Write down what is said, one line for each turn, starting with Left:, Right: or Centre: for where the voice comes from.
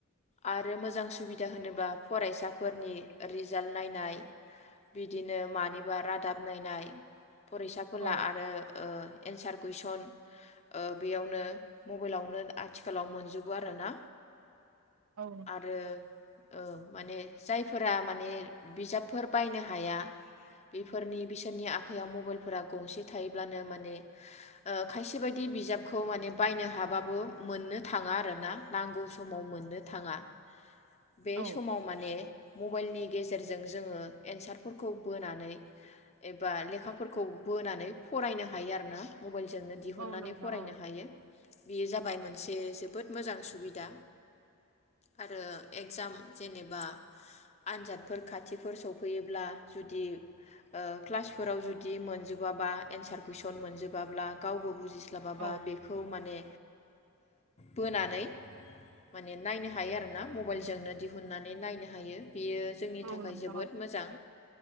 Left: आरो मोजां सुबिदा होनोबा फरायसाफोरनि रिजाल्ट नायनाय बि बिदिनो मानिबा रादाब नायनाय फरायसाफोला
Right: औ
Left: आरो। ओ एनसार कुइसन ओ बेयावनो मबाइलावनो आथिखालाव मोनजोबो आरोना।
Right: औ नोंथां
Left: आरो। औ माने जायफोरा माने बिजाबफोर बायनो हाया। बेफोरनि बिसोरनि आखाइयाव मबाइलफोरा गंसे थायोब्लानो माने ओ खायसे बायदि बिजाबखौ माने बायनो हाबाबो मोननो थाङा आरोना। नांगौ समाव मोननो थाङा बे
Right: औ
Left: समाव माने मबाइलनि गेजेरजों जोङो एनसार फोरखौ बोनानै एबा लेखाफोरखौ बोनानै फरायनो हायो आरो ना मबाइलजोंनो दिहुननानै
Right: औ नोंथां
Left: फरायनो
Right: औ
Left: हायो। बेयो जाबाय मोनसे जोबोद मोजां सुबिदा आरो। एगजाम जेनेबा आनजादफोर खाथिफोर सफैयोब्ला। जुदि ओ क्लासफोराव जुदि मोनजोबाबा एन्सार कुइसन मोनजोबाब्ला गावबो बुजिस स्लाबाबा
Right: औ
Left: बेखौ माने बोनानै माने नायनो हायो आरोना मबाइलजोंनो दिहुननानै नायनो हायो। बियो जोंनि
Right: औ
Left: थाखाय
Right: नोंथां
Left: जोबोद मोजां।